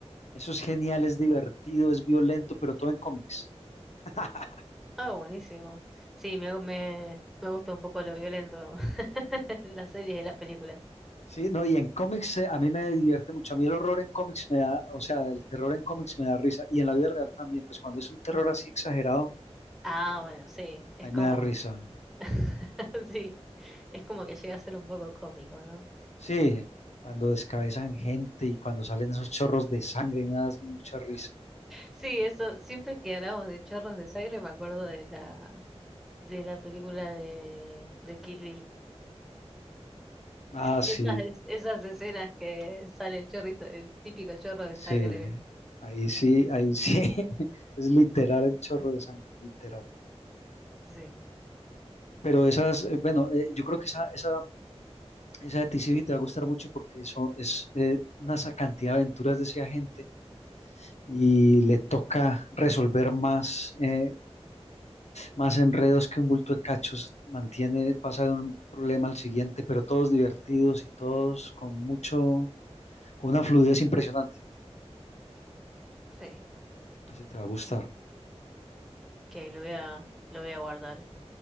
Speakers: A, on the left; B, in the centre.
A: Eso es genial, es divertido, es violento, pero todo en cómics. <laughs>
B: Ah, buenísimo. Sí, me, me, me gusta un poco lo violento <laughs> en las series y las películas.
A: Sí, no, y en cómics eh, a mí me divierte mucho. A mí el horror en cómics me da, o sea, el terror en cómics me da risa. Y en la vida real también, pues cuando es un terror así exagerado,
B: Ah, bueno, sí. Es
A: ahí
B: como
A: me da risa.
B: <laughs> Sí, es como que llega a ser un poco cómico, ¿no?
A: Sí, cuando descabezan gente y cuando salen esos chorros de sangre y me da mucha risa.
B: Sí, eso, siempre que hablamos de chorros de sangre me acuerdo de la, de la película de, de Kill Bill.
A: Ah, sí,
B: Esas, es- esas escenas que sale el chorrito, el típico chorro de
A: sí.
B: sangre.
A: Ahí sí, ahí sí. <laughs> Es literal el chorro de sangre, literal.
B: Sí,
A: Pero esas, eh, bueno, eh, yo creo que esa, esa, esa de T C TCB te va a gustar mucho porque eso es eh, una sa- cantidad de aventuras de ese agente y le toca resolver más, eh, más enredos que un bulto de cachos. Mantiene, pasa de un problema al siguiente, pero todos divertidos y todos con mucho, con una fluidez impresionante.
B: sí,
A: Ese te va a gustar.
B: que lo voy a, lo voy a guardar